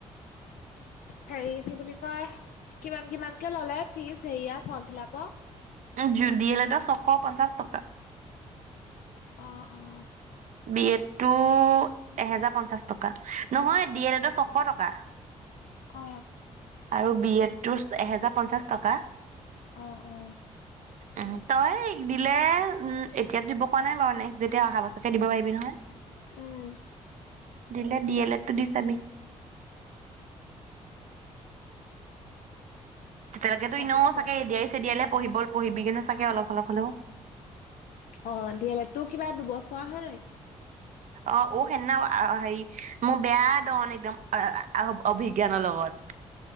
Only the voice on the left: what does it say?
হেৰি কি বুলি কয় কিমান, কিমানকে ললে ফিজ হেৰিয়া ফৰ্ম ফিলাপক?
অ, অ।
অ।
অ, অ।
উম।
ভাবিছো
অ, ডি এল এডটো তোৰ কিবা দুবছৰ হয় ন?